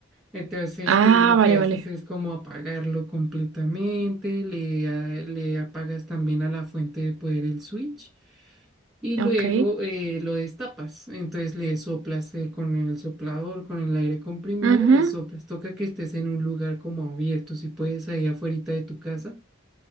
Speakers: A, in the centre; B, on the right (about 80°).
A: Entonces,
B: Ah,
A: tú lo
B: vale,
A: que haces
B: vale.
A: es como apagarlo completamente, le, a- le apagas también a la fuente de poder el switch y luego
B: Ok.
A: eh, lo destapas. Entonces, le soplas eh, con el soplador, con el aire comprimido,
B: Ujú.
A: le soplas. Toca que estés en un lugar como abierto, si puedes, ahí afuerita de tu casa.